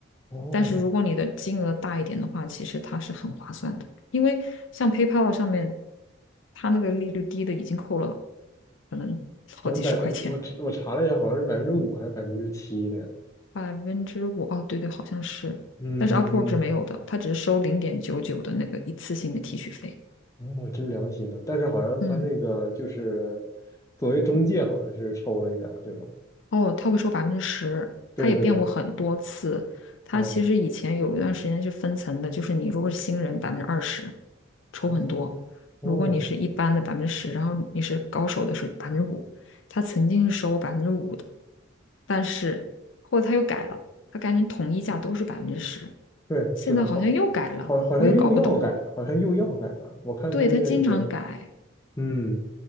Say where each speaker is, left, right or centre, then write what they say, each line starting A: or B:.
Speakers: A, on the left; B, on the left.
A: 哦，
B: 但是如果你的金额大一点的话，其实它是很划算的，因为像 PayPal 上面，它那个利率低的已经扣了可能好几十块钱，
A: 好像百，我我查了一下，好像是百分之五还是百分之七呢。
B: 百分之五。哦，对对，好像是。
A: 嗯嗯
B: 但是 Upwork 是没有的，它只是收零点九九的那个一次性的提取费。
A: 嗯，我真良心呢。但是好像他那个就是
B: 嗯。
A: 作为中介，好像是抽了一点儿对吧？
B: 哦，他会收百分之十，
A: 对对对，
B: 他也变过很多次。他其实以前有一段时间是分层的，
A: 哦
B: 就是你如果是新人百分之二十，抽很多；
A: 哦哦，
B: 如果你是一般的百分之十，然后你是高手的是百分之五。他曾经是收我百分之五的，但是后来他又改了，他改成统一价都是百分之十，
A: 对，
B: 现在好像又改了，
A: 是的，好，好，好像又要改，
B: 我又搞不懂了。
A: 好像又要改了。我看他那个有，
B: 对，他经常改，
A: 嗯，